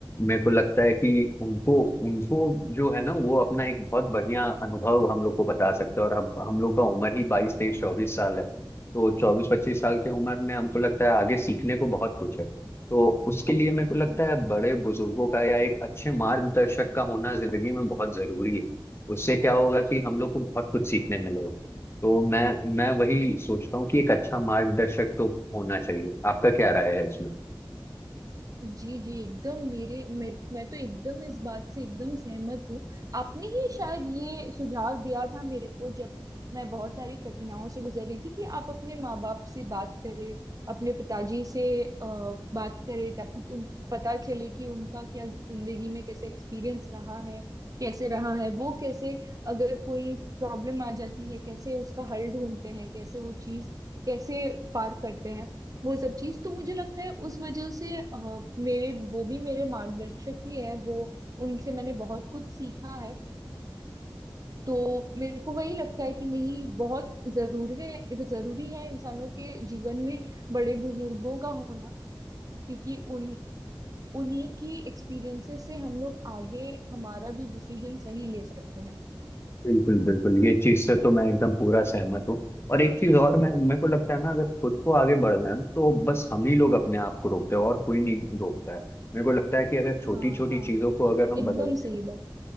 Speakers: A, on the left (about 30°); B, on the right (about 45°).
A: मेरे को लगता है कि उनको उनको जो है ना वो अपना एक बहुत बढ़िया अनुभव हम लोग को बता सकते हैं और हम हम लोग का उम्र ही बाईस तेईस चौबीस साल है तो चौबीस पच्चीस साल की उम्र में हमको लगता है आगे सीखने
B: हम्म
A: को बहुत कुछ है तो उसके लिए मेरे को लगता
B: हाँ
A: है बड़े बुजुर्गों का या एक अच्छे मार्गदर्शक का होना जिंदगी में बहुत जरूरी है उससे क्या होगा कि हम लोग को बहुत कुछ सीखने मिलेगा तो मैं मैं वही सोचता हूँ कि एक अच्छा मार्गदर्शक तो होना चाहिए आपका क्या राय है इसमें
B: जी जी एकदम मेरे मेर, मैं तो एकदम इस बात से एकदम सहमत हूँ आपने ही शायद ये सुझाव दिया था मेरे को जब मैं बहुत सारी कठिनाइयों से गुजर रही थी कि आप अपने माँ बाप से बात करें अपने पिताजी से अ, बात करें ताकि तुम पता चले कि उनका क्या जिंदगी में कैसे एक्सपीरियंस रहा है कैसे रहा है वो कैसे अगर कोई प्रॉब्लम आ जाती है कैसे उसका हल ढूंढते हैं कैसे वो चीज कैसे पार करते हैं वो सब चीज तो मुझे लगता है उस वजह से अ, मेरे वो भी मेरे मार्गदर्शक ही है वो उनसे मैंने बहुत कुछ सीखा है तो मेरे को वही लगता है कि नहीं बहुत जरूर है जरूरी है इंसानों के जीवन में बड़े बुजुर्गों का होना क्योंकि उन उन्हीं की एक्सपीरियंसेस से हम लोग आगे हमारा भी डिसीजन सही ले सकते हैं
A: बिल्कुल बिल्कुल ये चीज से तो मैं एकदम पूरा सहमत हूँ और एक चीज और मैं मेरे को लगता है ना अगर खुद को आगे बढ़ना है तो बस हम ही लोग अपने आप को रोकते हैं और कोई नहीं रोकता है मेरे को लगता है कि अगर छोटी
B: हाँ
A: छोटी
B: हाँ
A: चीजों को अगर हम
B: एकदम
A: बदलते
B: सही बात